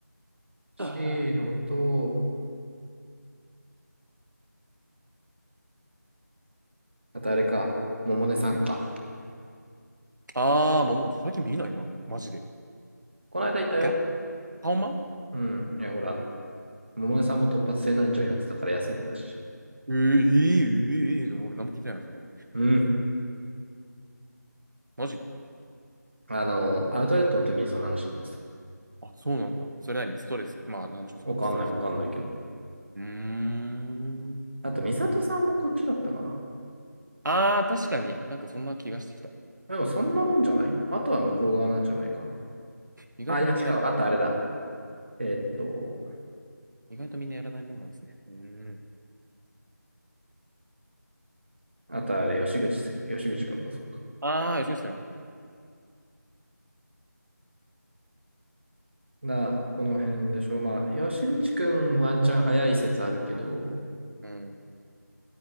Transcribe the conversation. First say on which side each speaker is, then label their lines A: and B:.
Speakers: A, on the right; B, on the right.
A: C
B: あ
A: のと、あとあれか、ももねさんか。
B: ー、んあー、もう最近見ないな。マジで。
A: この間いたよ。
B: ガッ、ハオマン
A: うん。いや、ほら、ももねさんも突発性難聴になってたから休んでたし。
B: えー、えー、えーえー俺何も聞いてないな、それ。
A: うん。
B: マジ
A: あの、アウトレットの時にその話になってた。
B: あ、そうなんだ。それ何ストレス。まあ、なんちゅうか、
A: わかんない、
B: ストレス。
A: わかんないけど。
B: うーん。
A: あと、美里さんもこっちだったかな。
B: ああ、確かになんかそんな気がしてきた。
A: でも、そんなもんじゃないあとは向こう側なんじゃないかな。
B: 意外とみんなやら、
A: あ、いや、違う。あとあれだ。えーっと、
B: 意外とみんなやらないもんなんですね。うーん。
A: あとあれ、吉口、吉口くんもそうか。
B: ああ、吉口さん。
A: な、この辺でしょう。まあ、吉口くんワンチャン早い説あるけど、
B: うん。